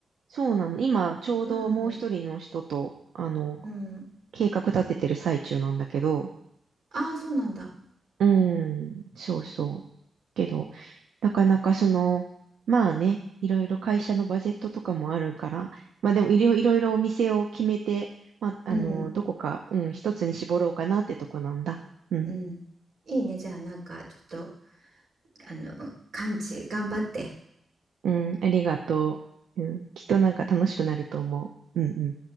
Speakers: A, on the right; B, on the right.
A: そうなの。今、ちょうどもう一人の人と、
B: うん、
A: あの、
B: うん。
A: 計画立ててる最中なんだけど、
B: ああ、そうなんだ。
A: うん、そうそう。けど、なかなかその、まあね、いろいろ会社のバジェットとかもあるから、まあでもいろいろいろお店を決めて、まあ、あの、
B: うん、
A: どこか、うん、一つに絞ろうかなってとこなんだ。うん。
B: うん。いいね。じゃあ、なんか、ちょっと、あの、完治、頑張って。
A: うん、ありがとう。うん、きっとなんか楽しくなると思う。うんうん。